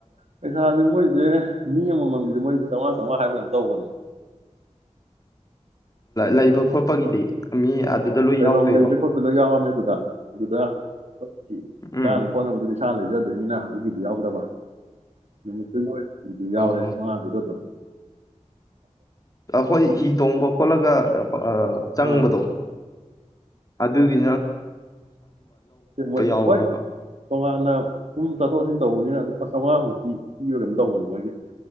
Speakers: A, on the right (about 60°); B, on the left (about 30°).
A: ꯄꯩꯁꯥꯁꯦ ꯃꯣꯏꯁꯦ ꯃꯤ ꯑꯃꯃꯝꯒꯤꯗ ꯃꯣꯏ ꯆꯝꯃꯉꯥ ꯆꯉꯥ ꯍꯥꯏꯕꯅ ꯇꯧꯕꯅꯦ
B: ꯂꯩꯕ ꯈꯣꯠꯄꯒꯤꯗꯤ ꯃꯤ ꯑꯗꯨꯗ ꯂꯣꯏ
A: ꯂꯩꯐꯝ
B: ꯌꯥꯎꯗꯣꯏꯔꯣ
A: ꯂꯩꯕ ꯈꯣꯠꯄꯗ ꯌꯥꯎꯔꯝꯃꯦ ꯑꯗꯨꯗ ꯑꯗꯨꯗ ꯍꯣꯏ
B: ꯎꯝ
A: ꯆꯥꯅ ꯍꯣꯠꯅꯕꯗꯨꯗꯤ ꯏꯁꯥ ꯂꯩꯖ <unintelligible> ꯅꯤꯅ ꯑꯗꯨꯒꯤꯗꯤ ꯌꯥꯎꯗꯕ <unintelligible> ꯏꯗꯨ ꯌꯥꯎꯔꯦ
B: ꯑꯣ
A: ꯆꯥꯝꯃꯉꯥꯗꯨꯗ ꯑꯗꯨꯝ꯫
B: ꯑꯩꯈꯣꯏ ꯍꯤ ꯇꯣꯡꯕ ꯈꯣꯠꯂꯒ ꯆꯪꯕꯗꯣ꯫
A: ꯑꯥ
B: ꯑꯗꯨꯒꯤ
A: ꯃꯣꯏ
B: ꯌꯥꯎꯕ꯭ꯔꯕ
A: ꯍꯣꯏ ꯇꯣꯉꯥꯟꯅ ꯁꯨꯝ ꯆꯠꯊꯣꯛ ꯆꯠꯁꯤꯟ ꯇꯧꯕꯅꯤꯅ ꯂꯨꯄꯥ ꯆꯥꯝꯃꯉꯥꯃꯨꯛ꯫ ꯄꯤꯕ ꯀꯩꯅꯣꯝꯇꯧꯕꯅꯦ ꯃꯣꯏꯒꯤ